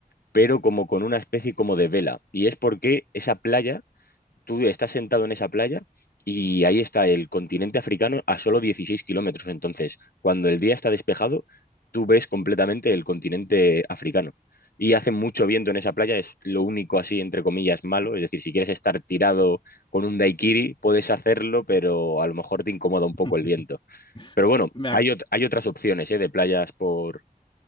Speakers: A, on the left (about 75°); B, on the left (about 35°).
A: pero como con una especie como de vela. Y es porque esa playa tú estás sentado en esa playa y ahí está el continente africano a solo 16 kilómetros. Entonces, cuando el día está despejado, tú ves completamente el continente africano. Y hace mucho viento en esa playa, es lo único así, entre comillas, malo. Es decir, si quieres estar tirado con un daiquiri, puedes hacerlo, pero a lo mejor te incomoda un
B: <laughs>
A: poco el viento. Pero bueno,
B: me, ac-
A: hay, ot- hay otras opciones, ¿eh? de playas por,